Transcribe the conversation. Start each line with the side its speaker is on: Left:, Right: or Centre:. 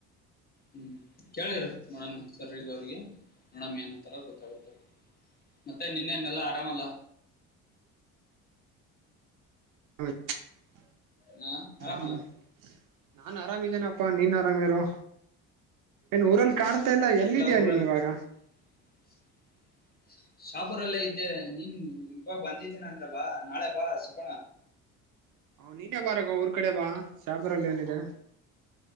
Left: ಹ್ಮ್ ಕೇಳಿರು ಮನ್ವಿಕ್ ಸರ್ ಅವ್ರಿಗೆ ನೋಡಮಾ ಏನ್ಂತರ ಗೊತ್ತಾಗುತ್ತೆ. ಮತ್ತೆ ಇನ್ನೇನು ಎಲ್ಲಾ ಆರಾಮಲ್ಲಾ.
Right: ಹೌ. <inaudible>
Left: ಹ ಆರಾಮಲ್ಲ
Right: ಹ್ಮ್ ನಾನ್ ಆರಾಮ್ ಇದಿನಪ್ಪ ನೀನು ಆರಾಮಿರು. ಏನ್ ಊರಲ್ಲಿ
Left: ನಾನ್
Right: ಕಾಣ್ತಾ
Left: ಆರಾಮ ಇದೀನಿ.
Right: ಇಲ್ಲ ಎಲ್ಲಿ
Left: ಎಲ್ಲಾ
Right: ಇದಿಯ
Left: ಊರಲ್ಲಿ
Right: ನೀನ್ ಇವಾಗ.
Left: <inaudible> ಶಾಪೂರಲ್ಲೇ ಇದ್ದೆ ನೀನ್ ಇವಾಗ ಬಂದಿದೀನಿ ಅಂದಲ್ಲಾ ನಾಳೆ ಬಾ ಸಿಗೋಣ.
Right: ಹೊ ನೀನೇ ಬರೊ ಊರ್ ಕಡೆ ಬಾ ಶಾಪುರದಲ್ಲಿ ಏನಿದೆ.